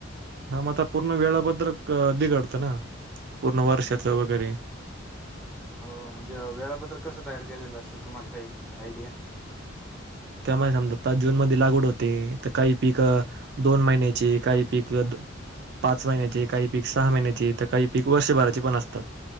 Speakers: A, on the right; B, in the centre.
A: हा म आता पूर्ण वेळाबद्दल बिघडतं ना पूर्ण वर्षाच वगैरे
B: हो म्हणजे वेळापत्र कसं तयार केलेलं असतं तुम्हाला काही आयडिया
A: त्यामुळे समजा आता जूनमध्येध्ये लागवड होते तर काही पीक
B: हा
A: दोन महिन्याची काही पीक पाच महिन्याचे काही पीक सहा महिन्याचे तर काही पीक वर्षभराचे पण असतात